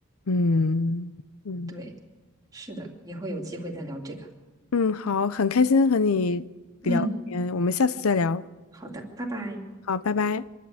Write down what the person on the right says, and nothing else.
对，是的，以后有机会再聊这个。
嗯，
好的，拜拜。